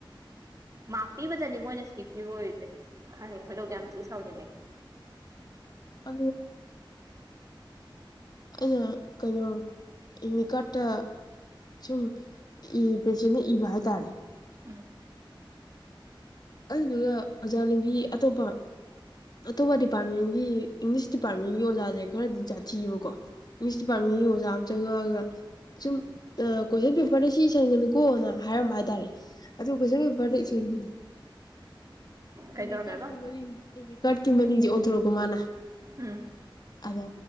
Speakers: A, on the right; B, on the left.
A: ꯃꯥꯛ ꯄꯤꯕꯗꯅꯤ ꯃꯣꯏꯅ ꯆꯤꯞ ꯄꯤꯕ ꯑꯣꯏꯔꯤꯖꯦ ꯈꯪꯗꯦ ꯈꯣꯏꯗꯧꯗꯤ ꯌꯥꯝ ꯊꯤ ꯁꯥꯎꯅꯤꯡꯉꯦ
B: <unintelligible> ꯑꯩꯅ ꯀꯩꯅꯣ ꯏꯃꯤꯀ꯭ꯔꯥꯠ ꯇ ꯁꯨꯝ ꯏ ꯄꯦꯁꯤꯟꯅ ꯏꯕ ꯍꯥꯏꯇꯥꯔꯦ
A: ꯎꯝ
B: ꯑꯗꯨꯗꯨꯒ ꯑꯣꯖꯥꯅꯦꯝꯕꯤ ꯑꯇꯣꯞꯄ ꯑꯇꯣꯞꯄ ꯗꯤꯄꯥꯔꯠꯃꯦꯟꯒꯤ ꯏꯪꯂꯤꯁ ꯗꯤꯄꯥꯔꯠꯃꯦꯟꯒꯤ ꯑꯣꯖꯥꯖꯦ ꯈꯔꯗꯤ ꯖꯥꯠ ꯁꯥꯥꯊꯤꯌꯦꯕꯀꯣ ꯏꯤꯡꯂꯤꯁ ꯗꯤꯄꯥꯔꯠꯃꯦꯟꯒꯤ ꯑꯣꯖꯥ ꯑꯃ ꯆꯪꯉꯛꯑꯒ ꯁꯨꯝ ꯑꯥ ꯀꯣꯏꯁꯟ ꯄꯦꯄꯔꯗ ꯁꯤ ꯏꯁꯟꯒꯅꯨꯀꯣꯅ ꯍꯥꯏꯔꯝꯕ ꯍꯥꯏꯇꯥꯔꯦ ꯑꯗꯨ ꯀꯣꯏꯁꯟ ꯄꯦꯄꯔꯗ <unintelligible>
A: ꯀꯩ
B: ꯑꯦꯃꯤ
A: ꯇꯧꯔꯝꯃꯦꯕ
B: ꯀꯥꯔꯠꯀꯤ ꯃꯅꯤꯡ ꯑꯦꯃꯤ ꯀꯥꯔꯠꯀꯤ ꯃꯅꯤꯡꯖꯦ ꯑꯣꯟꯊꯣꯔꯛꯄ ꯃꯥꯅ
A: ꯎꯝ
B: ꯑꯗ